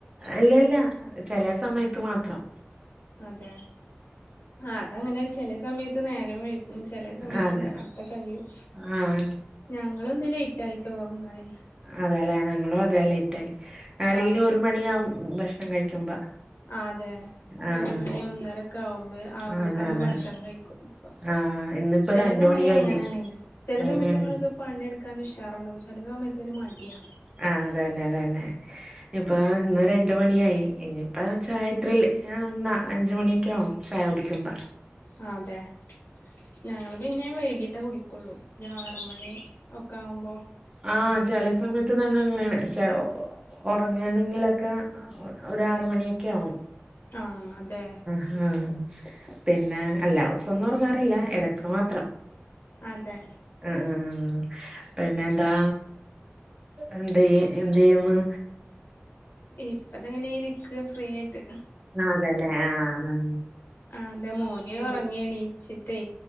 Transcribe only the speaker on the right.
അല്ല അല്ല ചെല സമയത്ത് മാത്രം
ആഹ് അതെ
ആഹ്
അതേയില്ലേ ഞങ്ങളും അതെ ലേറ്റ് ആയി അല്ലെങ്കിലും
ഒരു മണിയാവും ഭക്ഷണം കഴിക്കുമ്പോ.
ആഹ്
ആഹ് അതെ അതെ
ആഹ് ഇന്നിപ്പോ
രണ്ട്
മണി കഴിഞ്ഞ്
ഉം
ഉം
ആഹ് അതന്നെ അതന്നെ. ഇപ്പ ഇന്ന് രണ്ട മണിയായി ഇനിയിപ്പ ചായത്രിയിൽ ഒന്നാ അഞ്ച് മണ്യോക്കെ ആവും. ചായകുടിക്കുമ്പോ
ആഹ് ചെല സമയത്ത് ന്നറഞ്ഞങ്ങനെണ്. ഒറങ്ങയാണെങ്കിലൊക്കെ ഒ ഒരാറ് മണിയൊക്കെ ആവും.
ആഹ് പിന്നെ അല്ലാവൂസൊന്നും ഒ റങ്ങാറില്ല എടക്ക് മാത്രം.
ആഹ് പിന്നെന്താ? എന്തി എന്തിയ്യിന്ന്?
ന്നതലെ ആഹ് ആഹ് നന്ന്